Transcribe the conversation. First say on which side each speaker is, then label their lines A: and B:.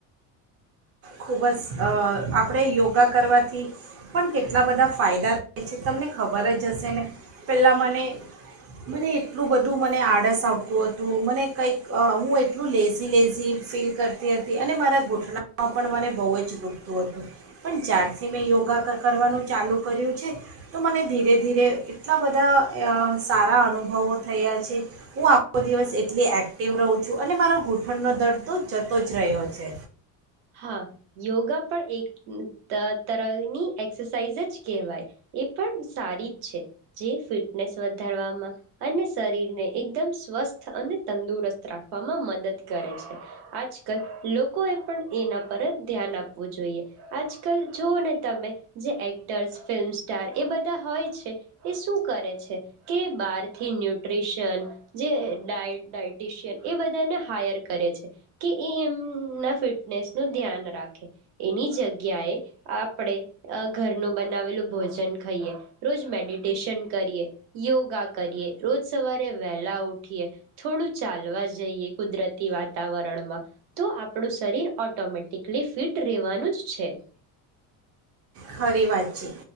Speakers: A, on the right (about 35°); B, on the right (about 65°).
A: ખૂબ જ આપણે યોગા કરવાથી પણ કેટલા બધા ફાયદા થ છે તમને ખબર જ જશે ને પહેલાં મને મને એટલું બધું મને આળસ આવતું હતું મને કંઈક હું એટલું લેઝી લેઝી ફીલ કરતી હતી અને મારા ગોઠનામાં પણ મને બહુ જ દુખતું હતું પણ જ્યારથી મેં યોગા કરવાનું ચાલુ કર્યું છે તો મને ધીરે ધીરે એટલા બધા સારા અનુભવો થયા છે હું આખો દિવસ એટલી એક્ટિવ રહું છું અને મારો ગૂંઠણનો દર્ તો જતો જ રહ્યો છે.
B: હા યોગા પણ એક તરની એક્સરસાઇઝ જ કહેવાય એ પણ સારી જ છે જે ફિટનેસ વધારવામાં અને શરીરને એકદમ સ્વસ્થ અને તંદુરસ્ત રાખવામાં મદદ કરે છે આજકાલ લોકો એ પણ એના પર જ ધ્યાન આપવું જોઈએ આજકાલ જુઓ ને તમે જે એક્ટર્સ ફિલ્મસ્ટ્ટાર એ બધા હોય છે એ શું કરે છે કે બહારથી ન્યુટ્રીશન જે ડાય ડાયટિશિયન એ બધાને હાયર કરે છે કે એ એમના ફિટ ફિટનેસનું ધ્યાન રાખે એની જગ્યાએ આપણે ઘરનું બનાવેલું ભોજન ખાઈએ રોજ મેડિટેશન કરીએ યોગા કરીએ રોજ સવારે વહેલા ઉઠીએ થોડું ચાલવા જઈએ કુદરતી વાતાવરણમાં તો આપણું શરીર ઓઑટોમેટિકલી ફિટ રહેવાનું જ છે.
A: ખરી વાત છે